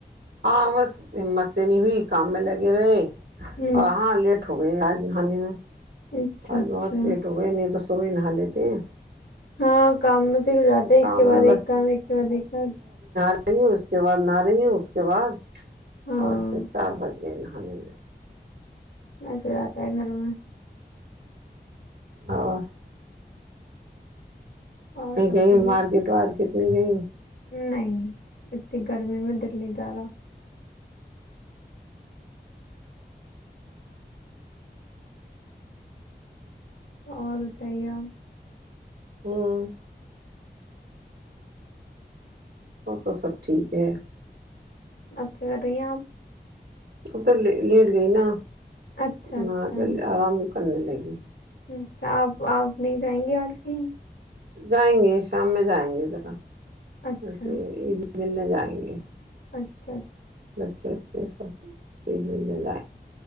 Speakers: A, on the right; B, on the left.
A: ہاں بس ہمت سے نہیں ہوئی کام میں لگے رہے
B: ہوں
A: آ ہاں لیٹ ہو گئے آج نہانے میں <unintelligible>
B: اچھا
A: آج
B: اچھا
A: بہت لیٹ ہو گئے اینے تو تو بھی نہا لیتے ہیں <unintelligible>
B: ہاں کام میں پھر ہو جاتے ایک
A: کام
B: کے بعد
A: میں
B: ایک کام ایک کے بعد ایک کام
A: یں اس کے بعد نہاریں گی اس کے بعد <unintelligible>
B: ہاں
A: اور پھر چار بجے <unintelligible> ہم <unintelligible>
B: ایسے جا ہے گھر میں
A: اور <unintelligible>
B: اور
A: کہ
B: سب
A: کہیں
B: ٹھیک
A: مارکیٹ وارکیٹ کتنی گئیں <unintelligible>
B: نہیں <unintelligible> اتنی گرمی میں دللی جا رہا اور بتائیے
A: ہاں <unintelligible> وہ تو سب ٹھیک ہے <unintelligible>
B: اب کیا کر رہی ہیں آپ
A: اب تو لیٹ گئی نا
B: اچھا اچھا
A: نہ کے لیے آرام پنے لگی <unintelligible>
B: ا توا آپ آپ نہیں جائیں گے آج کہیں <unintelligible>
A: جائیں گے شام میں جائیں گے ذرا
B: اچھا
A: وسے بھی <unintelligible> ملنے جائیں گے <unintelligible>
B: اچھا اچھا <unintelligible>
A: اچھا اچھا سب <unintelligible> عید گ